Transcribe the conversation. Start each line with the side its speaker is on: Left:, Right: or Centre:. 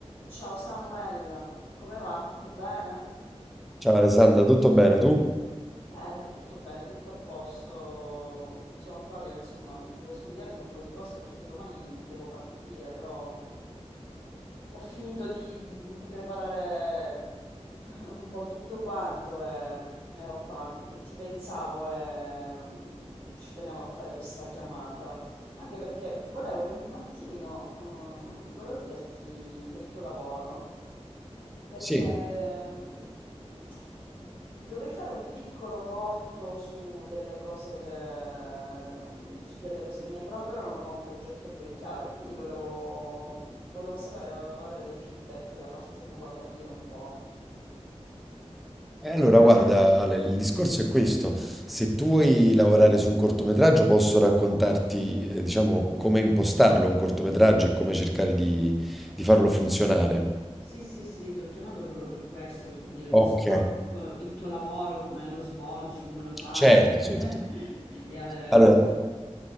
Left: Ciao Samuel, come va? Tutto bene?
Centre: Ciao Alessandra, tutto bene tu?
Left: Eh, tutto bene, tutto a posto. Sono qua che insomma devo sbrigarmi un po' di cose perché domani devo partire, però ho finito di, di preparare un po' tutto quanto e ero qua e ti pensavo e ci tenevo a fare questa chiamata. Anche perché volevo che un attimino, ehm, volevo chiederti del tuo lavoro perché
Centre: Sì,
Left: mm, dovrei fare un piccolo corto su delle cose che- su delle cose mie, però ancora non ho un progetto ben chiaro e quindi volevo, volevo sapere, avere dei feedback da parte tua, capire un po'.
Centre: E allora guarda Ale, il discorso è questo, se tu vuoi lavorare su un cortometraggio posso raccontarti eh, diciamo come impostarlo un cortometraggio e come cercare di, di farlo funzionare.
Left: Sì, sì, sì, ti ho chiamato proprio per questo, per capire, insomma,
Centre: ok,
Left: co- il tuo lavoro, come lo svolgi, come lo fai
Centre: certo,
Left: <laughs>
Centre: certo.
Left: e avere...
Centre: Allora,